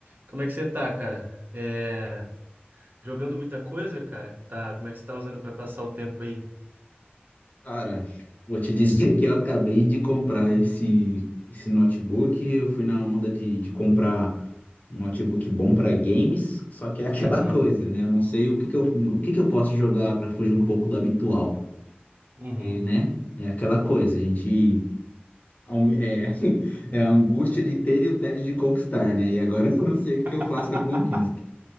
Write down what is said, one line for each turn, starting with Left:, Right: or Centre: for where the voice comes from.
Right: Como é que você tá, cara? É, Jogando muita coisa, cara? Tá, como é que você tá usando para passar o tempo aí?
Left: Cara, vou te dizer <laughs> que eu acabei de comprar esse, esse notebook. Eu fui na onda de, de comprar um notebook bom para games, só que é aquela
Right: Uhum,
Left: <laughs> coisa, né? Eu não sei o que que eu, o que que eu posso jogar para fugir um pouco do habitual,
Right: uhum.
Left: e, né? É aquela coisa, a gente. aume- É, <laughs> é a angústia de ter e o tédio de conquistar, né? E agora <laughs> eu não sei o que
Right: <laughs>
Left: que eu faço com a conquista.